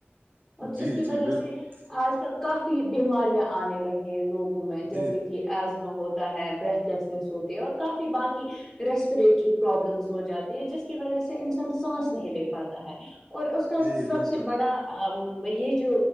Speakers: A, in the centre; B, on the right.
A: اور جس
B: جی
A: کی
B: جی
A: وجہ
B: بالکل
A: سے آج کل کافی بیماریاں آنے لگی ہیں لوگوں میں جیسے
B: جی
A: کہ ایزما ہوتا ہوتا ہے بریتھ لیسنس ہوتے اور کافی باقی ریسپریٹری پرابلمس ہو جاتی ہے جس کی وجہ سے انسان سانس نہیں لے پاتا ہے اور اس کا
B: جی
A: سب
B: بالکل
A: سے بڑا یہ جو